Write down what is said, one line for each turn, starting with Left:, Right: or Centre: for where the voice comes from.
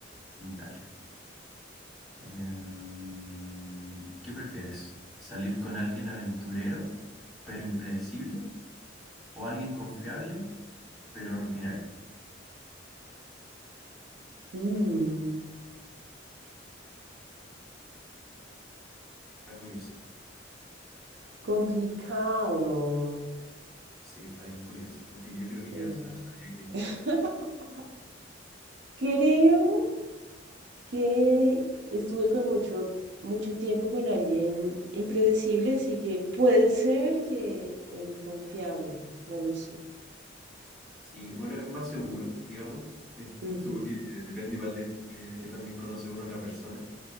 Centre: Dale. Em, ¿qué prefieres? ¿Salir con alguien aventurero, pero impredecible? ¿O alguien confiable, pero rutinario?
Right: Mm,
Centre: Está curioso.
Right: complicado.
Centre: Sí, está bien curioso. Aunque yo creo que
Right: eh.
Centre: ya sa- sabía que elegir.
Right: <laughs> Creo. que estuve con mucho, mucho tiempo con alguien impredecible, así que puede ser que el confiable, no lo sé.
Centre: Sí, bueno, es más seguro, digamos. <laughs>
Right: Ujú.
Centre: Supongo que depende igual de que, de que también conoce uno a la persona.